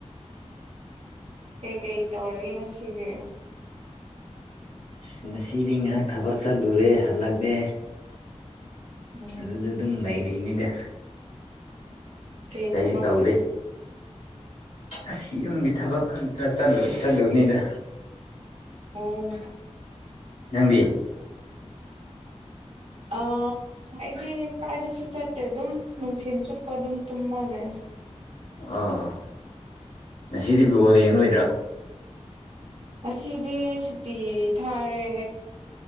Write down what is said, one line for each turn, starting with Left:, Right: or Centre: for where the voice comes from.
Right: ꯀꯩꯀꯩ ꯇꯧꯔꯒꯦꯅ ꯁꯤꯒꯦ꯫
Left: ꯑ ꯉꯁꯤꯗꯤ ꯉꯥꯏꯍꯥꯛ ꯊꯕꯛ ꯆꯠꯂꯨꯔꯦ ꯍꯜꯂꯛꯂꯦ꯫
Right: ꯎꯝ
Left: ꯑꯗꯨꯗꯤ ꯑꯗꯨꯝ ꯂꯩꯔꯤꯅꯤꯗ꯫
Right: ꯀꯩ
Left: ꯀꯩꯁꯨ
Right: ꯊꯕꯛ
Left: ꯇꯧꯗꯦ
Right: ꯆꯠ
Left: ꯑꯁ ꯌꯨꯝꯒꯤ ꯊꯕꯛ__ ꯆ ꯆꯠꯂꯨ ꯆꯠꯂꯨ ꯍꯅꯤꯗ
Right: ꯑꯣ
Left: ꯅꯪꯗꯤ
Right: ꯑ ꯑꯩꯗꯤ ꯀꯥꯏꯗꯁꯨ ꯆꯠꯇꯦ ꯑꯗꯨꯝ ꯅꯨꯡꯊꯤꯜ ꯆꯨꯞꯄ ꯑꯗꯨꯝ ꯇꯨꯝꯃꯜꯂꯦ
Left: ꯑꯥ ꯉꯁꯤꯗꯤ ꯕꯣꯜ ꯌꯦꯡꯂꯡꯂꯣꯏꯗ꯭ꯔꯥ
Right: ꯑꯁꯤꯗꯤ ꯁꯨꯇꯤ ꯊꯥꯔꯦ